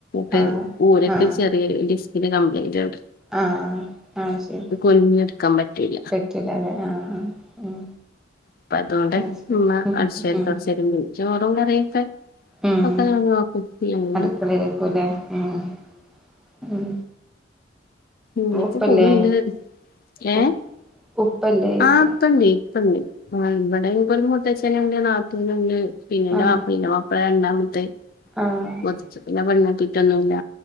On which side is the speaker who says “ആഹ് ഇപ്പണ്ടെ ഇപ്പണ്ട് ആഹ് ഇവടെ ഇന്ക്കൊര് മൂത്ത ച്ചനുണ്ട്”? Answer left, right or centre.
Left